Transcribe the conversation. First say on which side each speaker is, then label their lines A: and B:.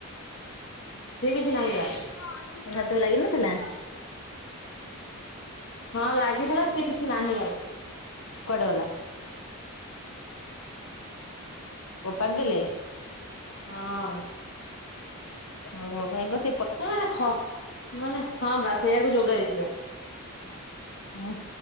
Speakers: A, on the left; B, on the left.
A: ସିଏ କିଛି ନାହିଁ ବା।
B: ଉଁ ହାତକୁ ବି ଲାଗିନଥିଲା?
A: ହଁ ଲାଗିଥିଲା ସିଏ କିଛି ନାହିଁ ଆଉ।
B: କୁଆଡ଼େ ଗଲା? ଓପାଡି ଦେଲେ?
A: ହଁ।
B: ହୋଉ ହୋଉ ଭାଇଙ୍କ ସ୍
A: ହେ ମାନେ ଖ ମାନେ ହଁ ବା ସେଇଆକୁ ଯୋଗାରି ଯିବା।
B: ଆଁ?